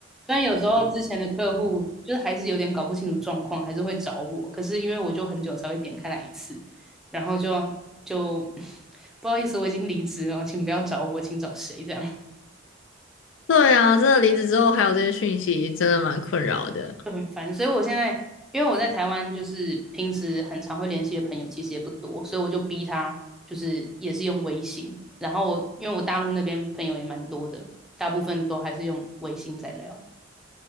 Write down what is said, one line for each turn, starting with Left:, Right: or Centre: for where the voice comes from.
Centre: 虽然有时候之前的客户就是还是有点搞不清楚状况，还是会找我，可是因为我就很久才会点开来一次，然后就就 <laughs> 不好意思，我已经离职了，请不要找我，请找谁这样。
Left: 对啊，真的离职之后还有这些讯息，真的蛮困扰的。
Centre: 就很烦，所以我现在因为我在台湾，就是平时很常会联系的朋友其实也不多，所以我就逼他，就是也是用微信。然后我因为我大陆那边朋友也蛮多的，大部分都还是用微信在聊。